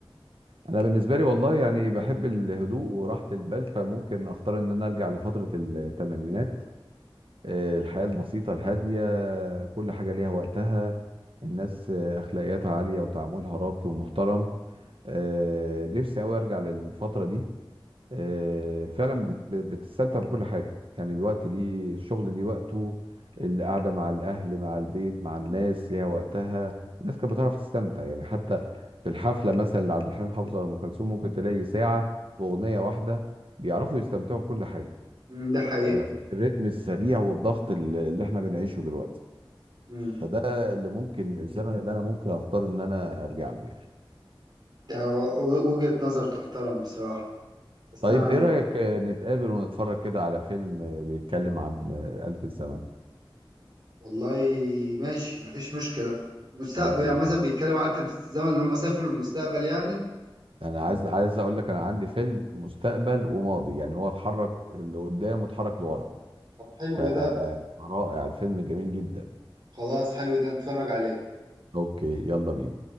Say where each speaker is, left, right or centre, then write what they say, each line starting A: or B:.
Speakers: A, on the right (about 75°); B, on the right (about 50°).
A: انا بالنسبه لي والله يعني بحب الهدوء وراحه البال فممكن اختار ان انا ارجع لفتره الثمانينات آه، الحياه البسيطه الهاديه كل حاجه ليها وقتها الناس آه، اخلاقياتها عاليه وتعاملها راقي ومحترم آه، نفسي قوي ارجع للفتره دي آه، فعلا بت- بت- بتستمتع بكل حاجه يعني الوقت ليه الشغل ليه وقته القعده مع الاهل مع البيت مع الناس ليها وقتها الناس كانت بتعرف تستمتع يعني حتى في الحفله مثلا لعبد الحليم حافظ ولا ام كلثوم ممكن تلاقي ساعه باغنيه واحده بيعرفوا يستمتعوا بكل حاجه
B: أمم، ده حقيقة
A: يعني ما فيش الريتم السريع والضغط اللي اللي احنا بنعيشه دلوقتي
B: أمم،
A: فده اللي ممكن الزمن اللي انا ممكن اختار ان انا ارجع له يعني
B: ده و- وجهة نظر تحترم بصراحة بس
A: طيب
B: انا
A: ايه
B: يعني
A: رأيك آه، نتقابل ونتفرج كده على فيلم آه، بيتكلم عن آه، آلة الزمن
B: والله ماشي مفيش مشكلة مستقبل
A: اوكي
B: يعني مثلا بيتكلم عن آلة الزمن اللي هم سافروا للمستقبل يعني
A: انا عايز عايز اقول لك انا عندي فيلم مستقبل وماضي يعني هو اتحرك لقدام واتحرك لورا
B: طب حلو
A: ف-
B: ده
A: فرائع الفيلم جميل جدا
B: خلاص حلو ده نتفرج عليه
A: اوكي يلا بينا